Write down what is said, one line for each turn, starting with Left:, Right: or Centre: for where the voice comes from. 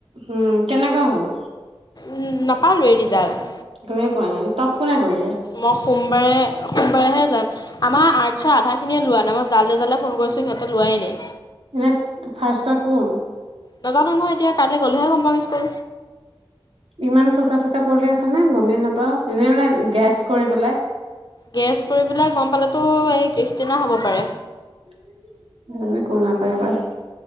Right: উম', কেনেকুৱা হ'ল?
Left: উম', নাপালোৱে ৰিজাল্ট।
Right: তুমি পোৱা নাই, তাত কোনে কৰিলে?
Left: মই সোমবাৰে, সোমবাৰেহে যাম, আমাৰ আৰ্টছৰ আধাখিনিয়ে লোৱা নাই, মই জালে, জালে ফোন কৰিছোঁ, সিহঁতে লোৱাই নাই।
Right: এনে, ফাৰ্ষ্টত কোন।
Left: নাজানোঁ নহয় এতিয়া, কাইলৈ গ'লেহে গম পাম স্কুল।
Right: ইমান চোকা, চোকা পোৱালী আছেনে গমেই নাপাওঁ, এনেই মানে গেছ কৰি পেলাই।
Left: গেছ কৰি পেলাই গম পালেতো, এই ক্ৰিষ্টিনা হ'ব পাৰে।
Right: <unintelligible>